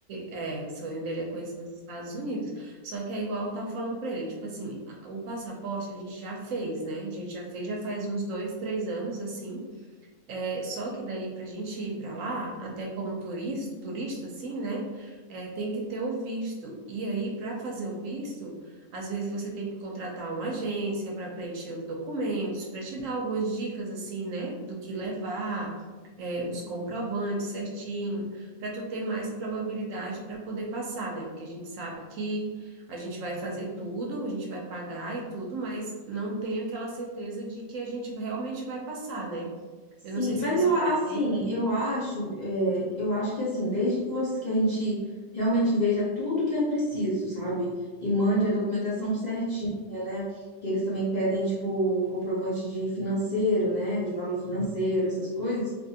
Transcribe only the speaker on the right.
é, é, o sonho dele é conhecer os Estados Unidos. Só que é igual eu tava falando pra ele, tipo assim, a- o passaporte a gente já fez, né? A gente já fez, já faz uns dois, três anos, assim. É, só que daí, para a gente ir para lá, até como turis, turista, assim, né? é, tem que ter o visto. E aí, para fazer o visto, às vezes você tem que contratar uma agência para preencher os documentos, para te dar algumas dicas, assim, né? Do que levar, é, os comprovantes certinho, para tu ter mais probabilidade para poder passar, né? Porque a gente sabe que a gente vai fazer tudo, a gente vai pagar e tudo, mas não tem aquela certeza de que a gente realmente vai passar, né?
Eu não sei se
você
já
tem.
Uhum.